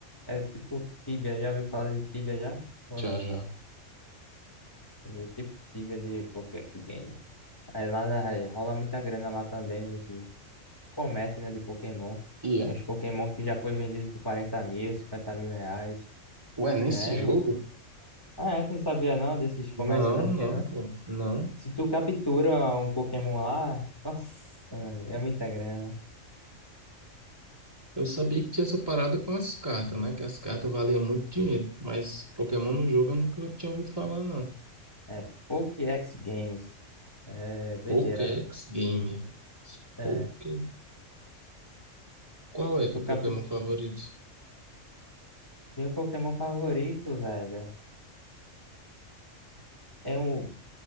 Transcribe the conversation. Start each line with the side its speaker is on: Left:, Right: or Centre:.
Left: é tipo Tibia, já ouviu falar de Tibia já? Ou
Right: Já,
Left: não?
Right: já.
Left: É tipo Tibia de Pokéx Games. Aí lá na- aí rola muita grana lá também nesses comércios, né, de Pokémon.
Right: E é?
Left: Tem uns Pokémon que já foi vendido por 40 mil, 50 mil reais.
Right: Ué, nesse
Left: É,
Right: jogo?
Left: Ah, é, tu não sabia não desses comércios
Right: Não,
Left: não
Right: não,
Left: que tem não?
Right: pô. Não.
Left: Se tu captura um Pokémon lá, nossa, é muita grana.
Right: Eu sabia que tinha essa parada com as cartas, né? Que as cartas valiam muito dinheiro. Mas Pokémon no jogo eu nunca tinha ouvido falar, não.
Left: É Pokédex Games. É doideira.
Right: Pokédex Game.
Left: É.
Right: Poké... Qual
Left: Se
Right: é
Left: tu
Right: teu Pokémon
Left: captura.
Right: favorito?
Left: Meu Pokémon favorito, velho, é um